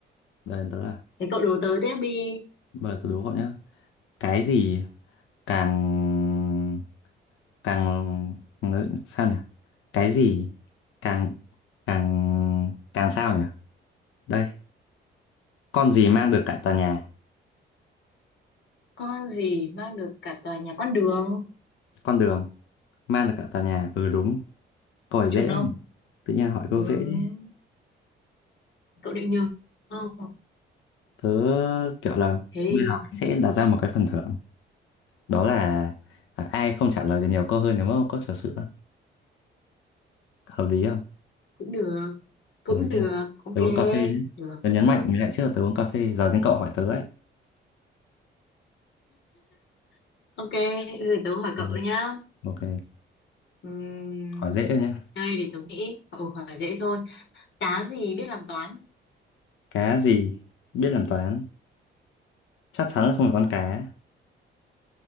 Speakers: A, on the left; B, on the left.
A: bây giờ tớ là
B: thế cậu đố tớ tiếp đi
A: bây giờ tớ đố cậu nhá cái gì càng càng ngự- sao nhỉ cái gì càng càng càng sao nhỉ đây con gì mang được cả tòa nhà
B: con gì mang được cả tòa nhà con đường
A: con đường mang được cả tòa nhà ừ đúng câu hỏi
B: chuẩn
A: dễ
B: không
A: quá nhỉ tự nhiên hỏi câu
B: ừ,
A: dễ đi
B: cậu định nhường không
A: tớ kiểu là
B: thế
A: bây giờ
B: thì
A: mình sẽ đặt ra một cái phần thưởng đó là à, ai không trả lời được nhiều câu hơn thì mất một cốc trà sữa hợp lý không
B: cũng được cũng
A: hợp lý
B: được
A: không
B: ok
A: tớ uống cà phê nhé
B: được
A: tớ nhấn
B: được
A: mạnh lại trước là tớ uống cà phê giờ đến cậu hỏi tớ ấy
B: ok thế thì tớ hỏi cậu
A: ừ.
B: nhá
A: ok
B: Ừm,
A: hỏi dễ thôi nhé
B: Đây để tôi nghĩ. Ồ, hỏi dễ thôi. Cá gì biết làm toán?
A: cá gì biết làm toán chắc chắn là không phải con cá